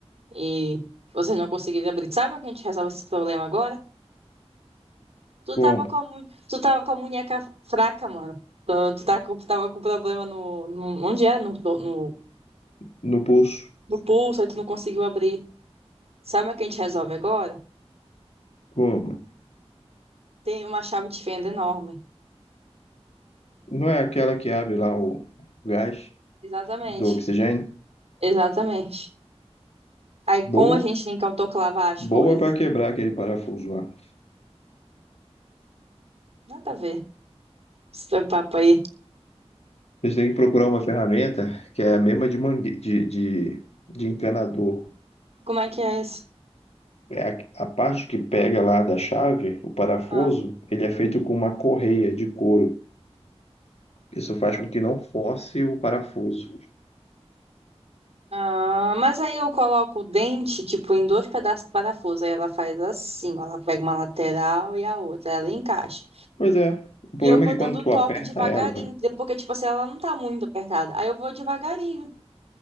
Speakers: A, on the right; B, on the left.
A: e vocês não conseguiram abrir. Sabe como que a gente resolve esse problema agora? Tu
B: Como
A: tava com a, mu- tu tava com a munheca fraca, mano. Tu, tu tá com- tava com problema no, no- Onde é? No, no,
B: No pulso.
A: no pulso, aí tu não conseguiu abrir. Sabe o que a gente resolve agora?
B: Como?
A: Tem uma chave de fenda enorme.
B: Não é aquela que abre lá o gás
A: Exatamente.
B: do oxigênio?
A: Exatamente. Aí,
B: Boa,
A: como a gente tem que autoclavar as
B: boa
A: coisas?
B: para quebrar aquele parafuso lá.
A: Nada a ver. Esse teu papo aí.
B: Vocês têm que procurar uma ferramenta que é a mesma de, mangue... de, de, de encanador.
A: Como é que é isso?
B: É a, a parte que pega lá da chave, o parafuso,
A: Ah,
B: ele é feito com uma correia de couro. Isso faz com que não force o parafuso.
A: ah, mas aí eu coloco o dente, tipo, em dois pedaços de parafuso. Aí ela faz assim, ó, ela pega uma lateral e a outra, ela encaixa.
B: Pois é, o problema
A: E eu vou
B: é que
A: dando
B: quando
A: o
B: tu
A: toque
B: aperta
A: devagarinho,
B: ela,
A: entendeu? porque, tipo assim, ela não tá muito apertada. Aí eu vou devagarinho.